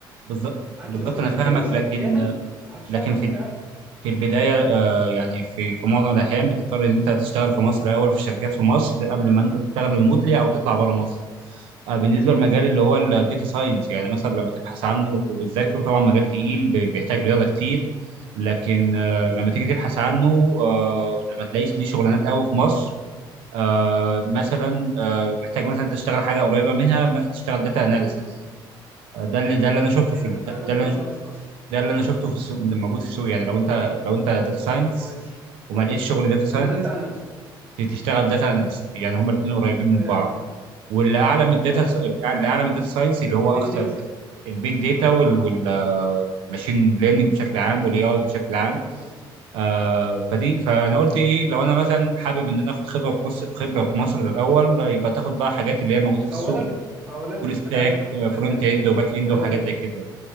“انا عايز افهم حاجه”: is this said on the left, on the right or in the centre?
Right